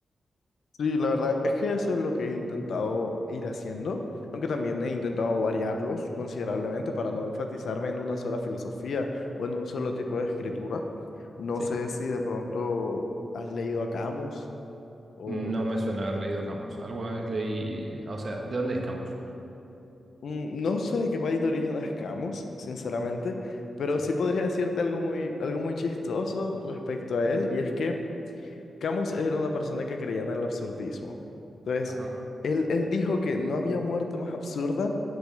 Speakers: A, on the left (about 75°); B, on the right (about 55°).
A: Sí, la verdad es que eso es lo que he intentado ir haciendo, aunque también he intentado variarlos considerablemente para no enfatizarme en una sola filosofía o en un solo tipo de escritura. No
B: Sí.
A: sé si de pronto has leído a Camus o...
B: No me suena haber leído Camus. Alguna vez leí, o sea, ¿de dónde es Camus?
A: Mm, No sé de qué país de origen es Camus, sinceramente, pero
B: Sí.
A: sí podría decirte algo muy, algo muy chistoso respecto a él, y es que Camus era una persona que creía en el absurdismo. Entonces,
B: Ajá.
A: él, él dijo que no había muerte más absurda